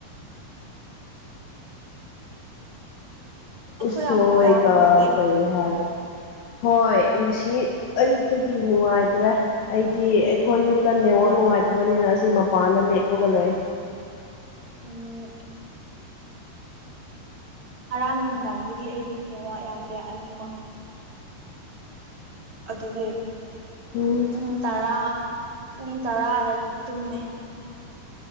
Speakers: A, on the left (about 70°); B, on the right (about 20°).
A: ꯎꯁꯣ
B: ꯌꯥꯝ
A: ꯑꯣꯏꯒ
B: ꯀꯌꯥ ꯅꯨꯡꯉꯥꯏꯇꯦ
A: ꯀꯔꯤꯍꯔ ꯍꯣꯏ ꯉꯁꯤ ꯑꯌꯨꯛꯇꯒꯤ ꯅꯨꯡꯉꯥꯏꯇ꯭ꯔꯦ ꯑꯩꯗꯤ ꯑꯩꯈꯣꯏ ꯌꯨꯝꯗ ꯅꯦꯋꯥꯛ ꯅꯨꯡꯉꯥꯏ ꯅꯨꯡꯉꯥꯏꯇꯕꯅꯤꯅ ꯑꯁꯤ ꯃꯄꯥꯟꯗ ꯂꯦꯞꯄꯒ ꯂꯩꯣꯏ
B: ꯎ ꯉꯔꯥꯡ ꯅꯨꯡꯗꯥꯡꯗꯒꯤ ꯑꯩꯒꯤꯗꯤꯅꯦꯋꯥ ꯌꯥꯗ꯭ꯔꯦ ꯑꯅꯤꯃꯛ ꯑꯗꯨꯒꯒꯤ
A: ꯎꯝ
B: ꯄꯨꯡ ꯇꯔꯥ ꯄꯨꯡ ꯇꯔꯥꯗ ꯇꯨꯝꯃꯦ